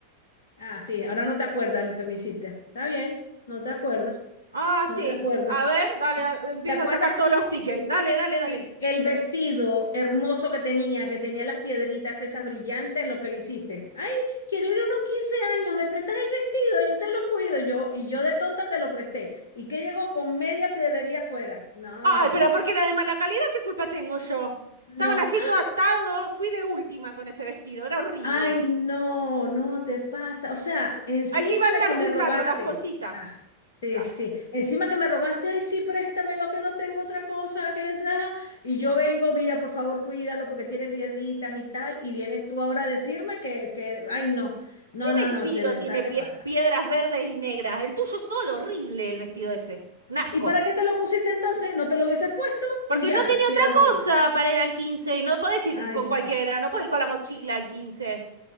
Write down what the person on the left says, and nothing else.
ah, sí, ahora no te acuerdas lo que me hiciste. Está bien, no te acuerdas,
no
te acuerdas.
¿Te acuerdas?
Sí,
sí, el vestido hermoso que tenía, que tenía las piedritas esas brillantes, lo que le hiciste. Ay, quiero ir a unos 15 años, me prestas el vestido, yo te lo cuido, yo, y yo de tonta te lo presté. ¿Y qué llegó con media piedrería afuera? No,
no,
Ay, no, no te pasa. O sea, encima
de que
me rogaste.
Ah, sí,
sí. Encima que me rogaste, ay, sí, préstame lo que no tengo otra cosa que da. Y yo vengo, mira, por favor, cuídalo porque tiene piedritas y tal. Y vienes tú ahora a decirme que, que, ay, no. No,
no,
no, de verdad
te
pasa.
¿Y para qué te lo pusiste entonces? No te lo hubieses puesto
y ya,
si
era horrible.
Ay,
no.